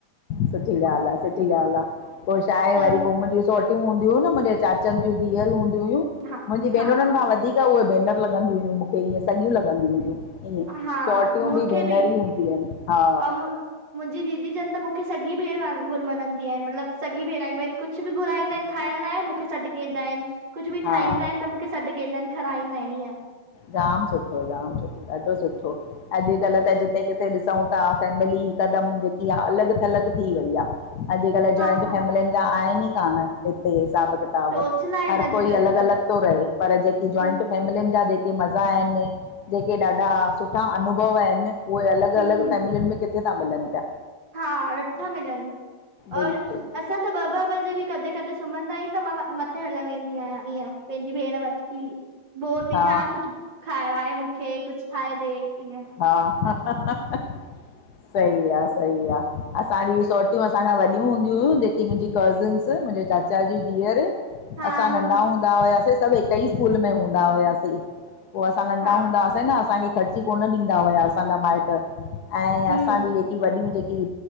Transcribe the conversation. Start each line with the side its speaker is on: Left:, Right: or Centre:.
Left: सुठी ॻाल्हि आहे सुठी ॻाल्हि आहे पोइ छा आहे
Right: त
Left: वरी पोइ मुंहिंजी चोटियूं हूंदी हुयूं न मुंहिंजे चाचनि जूं धीअरूं हूंदी हुयूं,
Right: हा
Left: मुंहिंजी
Right: हा
Left: भेनरुनि
Right: हा
Left: खां वधीक उहे बैेनर लॻंदी हुयूं मूंखे ईअं सॼियूं लॻंदी हुयूं। ईअं
Right: हा
Left: सोटियूं
Right: मूंखे
Left: भेनर
Right: बि
Left: ई हूंदियूं आहिनि हा
Right: ऐं, मुंहिंजी दीदी जनि त मूंखे सॼी भेण घुरमञंदी आहिनि मतलबु सॻी भेण भई कुझु बि घुराईंदा आहिनि खाइण लाइ मूंखे सॾुकंदा आहिनि। कुझु बि
Left: हा
Right: ठाहींदा आहिनि त मूंखे सॾु कंदा आहिनि खाराईंदा आहिनि इीअं।
Left: जाम सुठो जाम सुठो ॾाढो सुठो, अॼुकल्ह त जिते किथे ॾिसूं था फैमिली कदम जेकी आहे अलॻि थलि थी वई आहे। अॼुकल्ह
Right: हा
Left: जॉइंट फैमिलिय जा आहिनि ई कान हिते हिसाब
Right: चोचला आहिनि
Left: हर
Right: अॼुकल्ह
Left: कोई अलॻि
Right: त
Left: अलॻि थो रहे पर जेकी जॉंट
Right: हम्म
Left: फमिल जा के मज़ा आहिनि जेके ॾाढा सुठा अनुभव आहिनि उहे अलॻि
Right: हम्म,
Left: अलॻि फैमिलियुनि में किथे कथे त मिलनि पिया
Right: हा नथा मिलनि। और
Left: बिल्कुलु
Right: असां त ॿ ॿ बजे बि कॾहिं कॾे सुम्हंदा आहियूं त मां मथे हल वेंदीमि ईअं पंहिंजी भेण वठ की बोर थी
Left: हा
Right: थियया कुझु खायो आहे मूंखे, कुझु ठाहे ॾे। ईअं
Left: हा ह सईी आहे। सही आहे असांजी रिसोटियूं असांखां वॾियूं हूंदी हुयूं जेकी मुंहिंजी कज़िन्स मुंहिंजे चाचा जी धीअर
Right: हा
Left: असां
Right: मुंहिंज
Left: नंढा हूंदा हुआसीं सभु हिक ई स्कूल में हूंदा हुआसीं। पोइ असां नंढा
Right: हा
Left: हूंदा हुआसीं न असांखे ख़र्ची कोन ॾींदा हुआ असांजा माइटु। ऐं
Right: हम्म
Left: असांजी जेकी वॾियूं जेकी